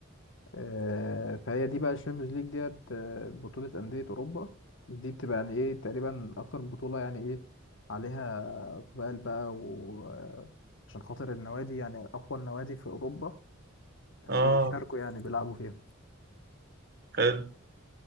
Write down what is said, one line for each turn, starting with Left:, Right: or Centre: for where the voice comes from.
Left: آه، فهي دي بقى الشامبيونز ليج ديت آه، بطولة أندية أوروبا دي بتبقى يعني إيه تقريبا أكتر بطولة يعني إيه عليها إقبال بقى وعشان خاطر النوادي يعني أقوى النوادي في أوروبا
Right: اه
Left: بيشاركوا
Right: آه،
Left: يعني بيلعبوا فيها
Right: حلو